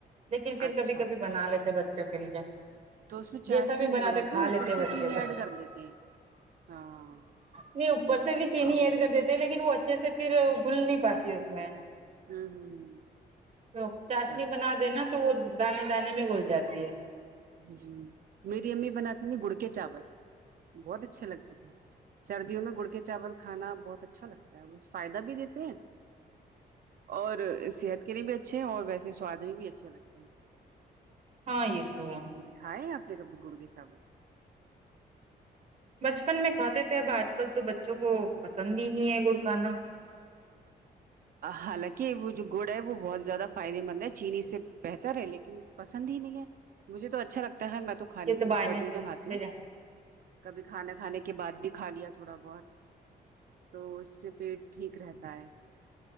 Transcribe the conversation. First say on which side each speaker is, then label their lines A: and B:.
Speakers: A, on the right (about 45°); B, on the right (about 60°).
A: لیکن پھر
B: اچھا
A: کبھی کبھی بنا لیتے بچوں کے لیے
B: تو اس میں چاشنی
A: جیسا بھی
B: نہیں بناتے
A: کھا
B: اوپر
A: لیتے
B: سے
A: بچے
B: چینی
A: تو
B: ایڈ کر لیتے ہیں ہاں
A: نہیں اوپر سے بھی چینی
B: آ ہوں
A: ایڈ کر دیتے ہیں لیکن وہ اچھے سے پھر گھل نہیں پاتی ہے اس میں
B: ہوں ہوں
A: وہ چاشنی
B: اچھا
A: بنا دینا تو وہ دانے دانے میں گھل جاتی ہے
B: جی میری امی بناتی ن گڑ کے چاول بہت اچھا لگتا سردیوں میں گڑ کے چاول کھانا بہت اچھا لگتا ہے وہ فائدہ بھی دیتے ہیں اور صحت کے لیے بھی اچھے ہیں اور ویسے سواد بھی بھی اچھے لگتے ہیں
A: ہاں یے تو ہے
B: کھائے آپ نے کبھی گوڑ کے چاول
A: بچپن میں کھاتے تھے اب آج کل تو بچوں کو پسند ہی نہیں ہے گڑ کھانا
B: حالانکہ وہ جو گڑ ہے وہ بہت زیادہ فائدے مند ہے چینی سے بہتر ہے لیکن پسند ہی نہیں ہے مجھے تو اچھا لگتا ہے میں تو کھا
A: یہ
B: لیتی ہوں
A: باہر
B: سردیوں
A: نہیں تیری
B: میں کھاتی
A: لے
B: ہوں
A: جا
B: کبھی کھانا کھانے کے بعد بھی کھا لیا تھوڑا بہت تو اس سے پیٹ ٹھیک رہتا ہے